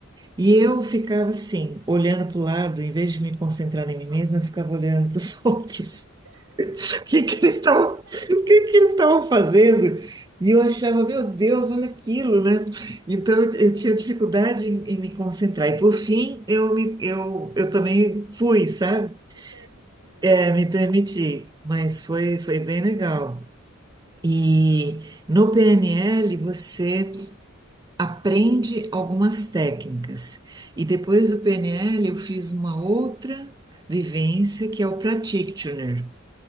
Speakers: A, on the right (about 20°); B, on the right (about 85°).
A: E
B: hum.
A: eu ficava assim, olhando para o lado, em vez de me concentrar em mim mesma, eu ficava olhando para os <laughs> outros.
B: <laughs>
A: O que que
B: Eu
A: eles
B: também
A: estavam,
B: sou dessa.
A: o que que eles estavam fazendo? E eu achava, meu Deus, olha aquilo, né? Então eu,
B: Ah,
A: eu tinha dificuldade em, em me concentrar. E por fim, eu me, eu, eu também fui, sabe?
B: Se permitiu.
A: É, me
B: Aham.
A: permiti, mas foi,
B: Uhum.
A: foi bem legal.
B: Ah,
A: E
B: lá.
A: no PNL você aprende algumas técnicas. E depois
B: Uhum.
A: do PNL eu fiz uma outra vivência que é o practitioner.